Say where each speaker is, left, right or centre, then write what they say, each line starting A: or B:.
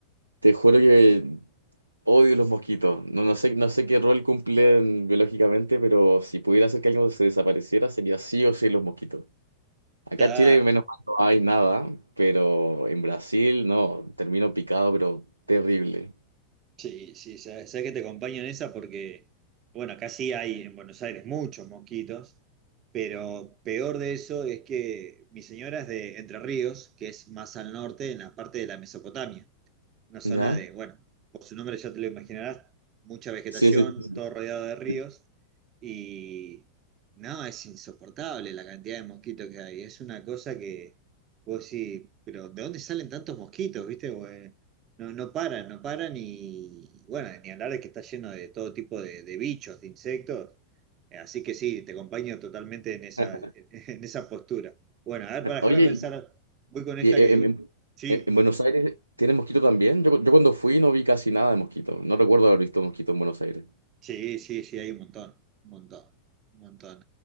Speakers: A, on the right; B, on the right.
A: te juro que odio los mosquitos. No, no sé, no sé qué rol cumplen biológicamente, pero si pudiera hacer que algo se desapareciera, sería sí o sí los mosquitos. Acá
B: Claro.
A: en Chile, menos mal, no hay nada, pero en Brasil, no, termino picado, pero terrible.
B: Sí, sí, sabes, que te acompaño en esa porque, bueno, acá sí hay en Buenos Aires muchos mosquitos, pero peor de eso es que mi señora es de Entre Ríos, que es más al norte, en la parte de la Mesopotamia. Una zona
A: ¿Ya?
B: de, bueno, por su nombre ya te lo imaginarás, mucha vegetación,
A: Sí, sí,
B: todo rodeado de ríos
A: sí.
B: y no, es insoportable la cantidad de mosquitos que hay. Es una cosa que vos sí, pero ¿de dónde salen tantos mosquitos? ¿Viste? Vos, eh, no, no paran, no paran y bueno, ni hablar de que está lleno de todo tipo de, de bichos, de insectos. Eh, Así que sí, te acompaño totalmente en esa,
A: <laughs>
B: <laughs> en esa postura. Bueno, a ver, para dejarme
A: Oye,
B: pensar, voy con esta
A: Y eh,
B: que
A: en, en-
B: sí.
A: eh, en- Buenos Aires tiene mosquito también. Yo, yo cuando fui no vi casi nada de mosquito. No recuerdo haber visto mosquito en Buenos Aires.
B: Sí, sí, sí, hay un montón, un montón, un montón.